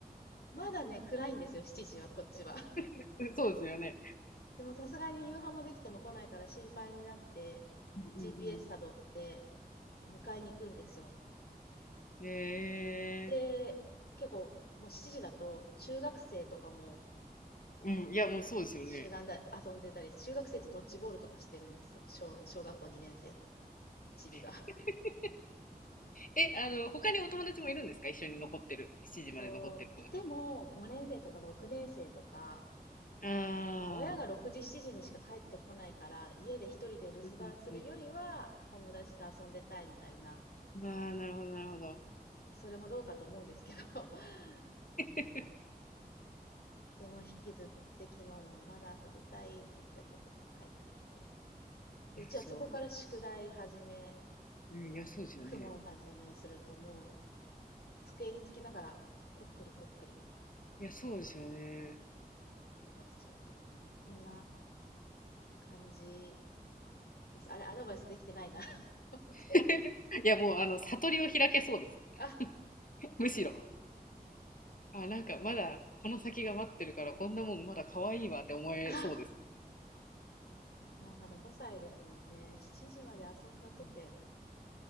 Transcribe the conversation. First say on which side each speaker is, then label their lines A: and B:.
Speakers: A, on the left (about 80°); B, on the left (about 55°).
A: まだね、暗いんですよ、7時は、こっちは。<laughs>
B: <laughs> そうですよね。
A: でもさすがに夕飯もできても来ないから心配になって、
B: うんうんうん。
A: GPS 辿って、あの、迎えに行くんですよ。
B: へえ。
A: で、結構、もう7時だと、中学生とかも、
B: うん、いやもうそうですよね。
A: なんか、集団で遊んでたり、中学生とドッジボールとかしてるんですよ。小、小学校2年生のチビが。<laughs>
B: <laughs> え、あの、他にお友達もいるんですか一緒に残ってる。7時まで残ってる。
A: と、いても5年生とか6年生とか、
B: あ
A: まあ、親が6時、7時にしか帰ってこないから、家で一人で留守番するよりは、
B: あ。
A: 友達と遊んでたいみたいな、
B: ああ、なるほど、なるほど。
A: まあそれもどうかと思うんですけど、<laughs> あの、
B: <laughs>
A: でも引きずって昨日もまだ遊びたいって言ったけど、帰ってきて、で、
B: いや、
A: うちはそこから宿題始め、
B: そう。うん、いや、そうですよね。
A: 公文始めするともう机につきながらこっくりこっくり
B: いや、そうですよね。
A: 目指しちゃうんですよね。そんな感じです。あれ、アドバイスできてないな <laughs> 思って。
B: <laughs> いや、もう、あの、悟りを開けそうです。
A: あ、
B: <laughs> むしろ。あ、なんか、
A: もう、
B: まだ、この先が待ってるから、こんなもんまだ可愛いわって思えそうです。
A: あ、いや、まだ5歳ですもんね。7時まで遊んだとて
B: うん